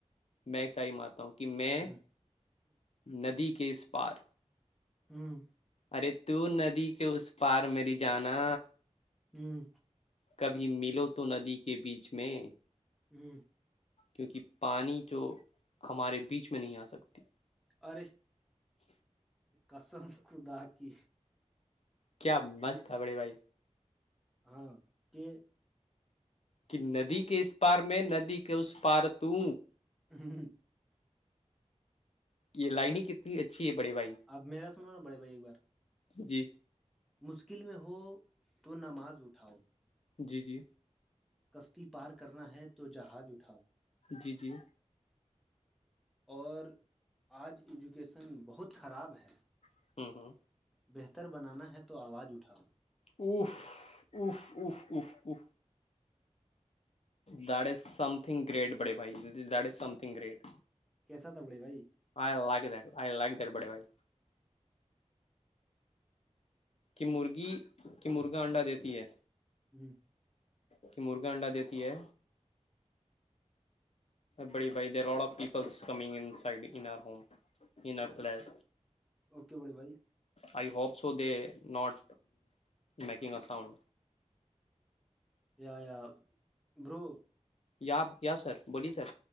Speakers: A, on the left; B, in the centre.
A: میں ایک سکینڈ ہی مار اتا ہوں کہ میں
B: ہ
A: ندی کے اس پار
B: ہوں
A: ارے تو ندی کے اس پار میری جانا
B: ہوں
A: کبھی ملو تو ندی کے بیچ میں
B: ہوں
A: کیونکہ پانی جو ہمارے بیچ میں نہیں آ سکتی
B: ارے قسم خدا کی
A: کیا مست
B: یہ
A: تھا بھڈے بھائی
B: ہاں کہ
A: کہ ندی کے اس پار میں ندی کے اس پار تو
B: ہ ہ
A: یہ لائنگ کتنی اچھی ہے بڑے بھائی
B: اب میرا سنو نا بڑے بھائی ایک بار
A: جی
B: مشکل میں ہو تو نماز اٹھاؤ
A: جی جی
B: کشتی پار کرنا ہے تو جہاز اٹھاؤ
A: جی جی
B: اور آج ایجوکیشن بہت خراب ہے
A: ہ ہ
B: بہتر بنانا ہے تو آواز اٹھاؤ
A: اف اف اف اف اف that is something great بڑے بھائی دٹز سم تھنگ گریٹ
B: کیسا تھا بڑے بھائی
A: I like that I like that بڑے بھائی کہ مرغی کہ مرغا انڈا دیتی ہے
B: ہ
A: کہ مرغا انڈا دیتی ہے بڑی بھائی there lot up P coming inside in اور home in are place
B: okay بڑے بھائی
A: I hope so they not making a sound
B: yeah yeah bro
A: yeah یا سر بولے سر